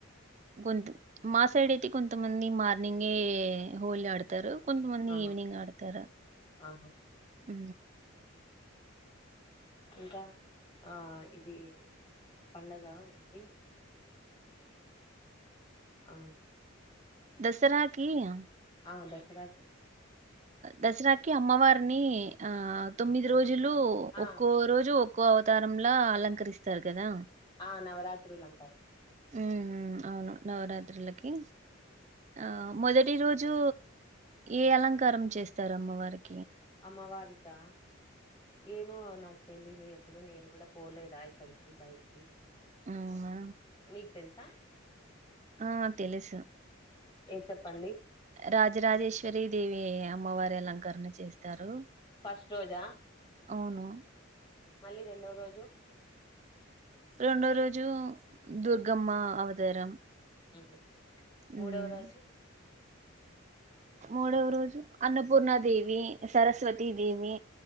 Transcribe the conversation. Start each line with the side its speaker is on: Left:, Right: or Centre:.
Right: కొంత మా సైడ్ అయితే కొంతమంది మార్నింగే హోలీ ఆడతారు. కొంతమంది
Left: ఆహా
Right: ఈవినింగ్ ఆడతార
Left: ఆహా
Right: ఊ
Left: ఇంకా ఆ ఇది పండగ ఉంది. ఆ
Right: దసరాకి ఆ
Left: ఆ దసరాకి
Right: దసరాకి అమ్మవారిని ఆ తొమ్మిది రోజు రోజులు
Left: ఆ
Right: ఒక్కో రోజు ఒ ఒక్కో అవతారంలా అలంకరిస్తారు కదా.
Left: ఆ నవరాత్రులు అంటారు.
Right: ఉహూ అవును నవరాత్రులకి ఆ మొదటి రోజు ఏ అలంకారం చేస్తారు అమ్మవారికి.
Left: అమ్మ వారికా ఏమో నాకు తెలీదు ఎప్పుడు నేను కూడా పోలేదా ఎక్కడికి బయటికి
Right: ఊ అవునా
Left: మీకు తెల్సా
Right: ఆ తెలుసు
Left: ఏ చెప్పండి
Right: రాజరాజేశ్వరి దేవి అమ్మవారి అలంకరణ చేస్తారు.
Left: ఫస్ట్ రోజా
Right: అవును
Left: మళ్ళీ రెండో రోజు
Right: రెండో రోజు దుర్గమ్మ అవతారం.
Left: ఊహు
Right: ఉమ్
Left: మూడవ రోజు
Right: మూడవ రోజు అన్నపూర్ణ దేవి, సరస్వతి దేవి